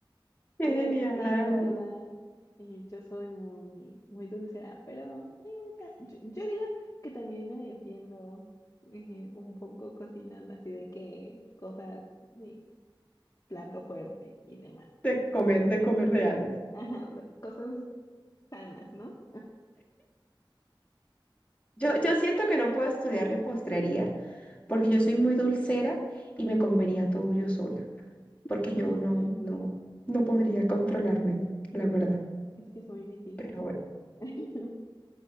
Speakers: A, on the left; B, on the left.
A: qué
B: Y, de,
A: genial.
B: y la verdad, y yo soy muy, muy dulcera, pero eh, ta- yo, yo digo que también me defiendo eh, un poco cocinando así de que cosas de plato fuerte y demás.
A: De comer, de comer reales.
B: <laughs> Ajá, de- cosas sanas, ¿no?
A: Yo, yo siento que no puedo estudiar repostería porque yo soy muy dulcera y me comería todo yo sola, porque
B: <laughs>
A: yo no, no, no podría controlarme, la verdad.
B: Es que es muy difícil.
A: Pero bueno,
B: <laughs>